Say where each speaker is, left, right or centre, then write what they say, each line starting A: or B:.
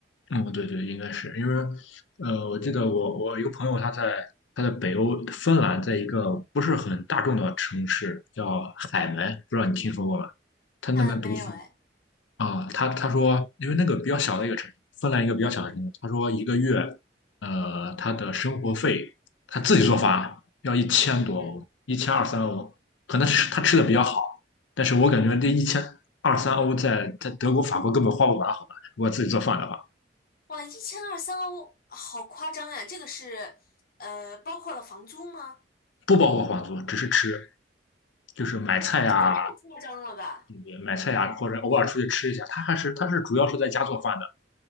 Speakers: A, on the left; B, on the left.
A: 嗯，对对，应该是因为，呃，我记得我我一个朋友他在他在北欧芬兰，在一个不是很大众的城市叫海门，不知道你听说过吗？他那边读书，
B: 啊，没有哎，
A: 啊，他他说，因为那个比较小的一个城市，芬兰一个比较小的城市，他说一个月，呃，他的生活费他自己做饭要一千多欧，
B: 嗯，
A: 一千二三欧，可能是他吃的比较好，但是我感觉这一千二三欧在在德国、法国根本花不完，好吧？如果自己做饭的话，
B: 哇，一千二三欧，好夸张呀！这个是呃包括了房租吗？
A: 不包括房租，只是吃，就是买菜呀、
B: 这也太夸张了吧！
A: 嗯买菜呀、或者偶尔出去吃一下，他还是他是主要是在家做饭的，